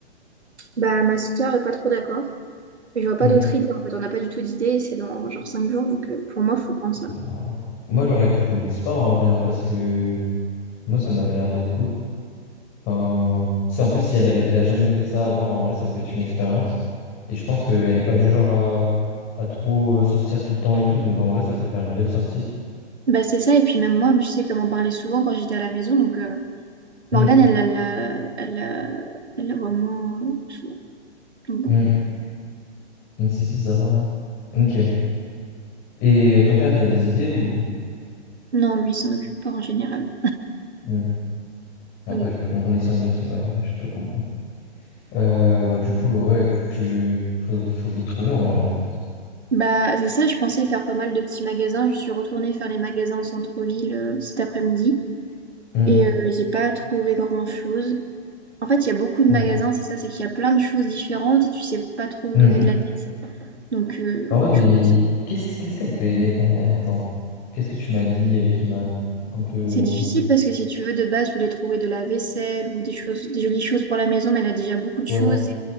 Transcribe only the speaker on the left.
Hum.
Euh, Moi, je leur ai proposé spa, en vrai, hein, parce que moi, ça m'avait l'air d'être cool. Enfin, tu sais, en plus, si elle avait, elle a jamais fait ça avant, en vrai, ça peut être une expérience. Et je pense qu'elle est pas du genre à, à trop euh, sortir tout le temps et tout. Donc, en vrai, ça peut faire une belle sortie.
Hmm,
hmm. Hmm, C'est bizarre. hein. Ok. Et ton père, il a des idées ou...
Hmm. Après,
je
peux comprendre ici, oui, c'est- ouais, ouais, je peux comprendre. Euh, bah, du coup, euh, ouais, faut que tu... faut, faut vite trouver, en vrai, en fait.
Hmm,
hmm,
hmm.
En vrai,
il-
qu'est-ce qu'est-ce qu'elle peut aimer, ta mère? Attends. Qu'est-ce que tu m'as dit euh, qui m'a un peu... euh,
ouais.